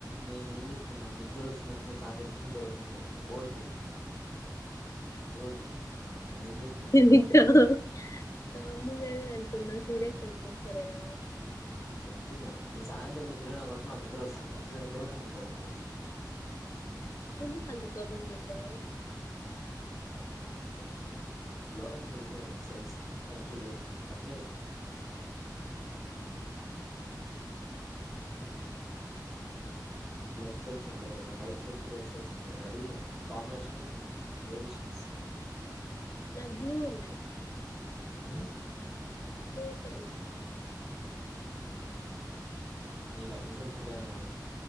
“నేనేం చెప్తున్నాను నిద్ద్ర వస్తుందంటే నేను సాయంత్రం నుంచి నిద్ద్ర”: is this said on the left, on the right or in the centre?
Centre